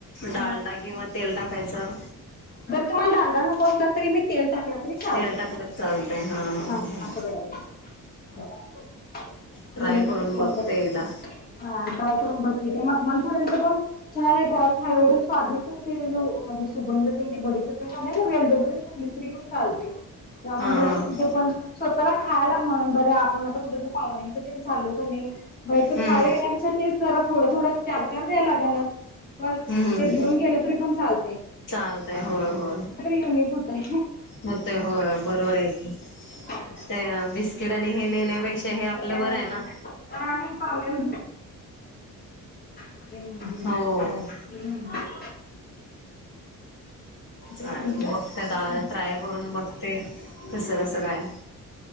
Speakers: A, on the left; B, on the left.
A: हा
B: डालडा
A: ते
B: किंवा तेल टाकायचं
A: तुमाला डालडा नको असला तरी म तेल टाकला तरी चालते.
B: तेल टाकलं चालतंय, हां-हां-हां-हां.
A: हा असं करायचं <inaudible>
B: ट्राय
A: दोन्ही
B: करून
A: पैकी एक
B: बघते
A: वापर
B: एकदा.
A: हा ट्राय करून बघ के ते मखमल पुऱ्याच पण छान. थोडा खा एवढं स्वादि सुगंध बडीच गेल तरी कुली स्री चालते त्यामुळे
B: हा हा
A: असं
B: ह
A: कुठे पण स् स्वतःला खायला मण बरं आपण आता कुठ पाहुण्यांच ते चाललोकनी मग त
B: हम्म
A: खाय जरा थोडं थोडं चार चार द्याय लागनात पण
B: हम्म
A: ते
B: हम्
A: घेऊन गेले तरी पण चाल
B: चालतय होय होय
A: युनिक होतंय.
B: होतय होय बरोबरय की
A: असं आहे.
B: ते अ बिस्किट आणि हे नेण्यापेक्षा हे
A: आणि
B: आपल बरय ना
A: पावण्याला हम् ह
B: हो
A: <unintelligible> <inaudible> हो हम्
B: चालेल
A: तेच म्हणलं
B: बघते आता ट्राय करून बघते कस कस काय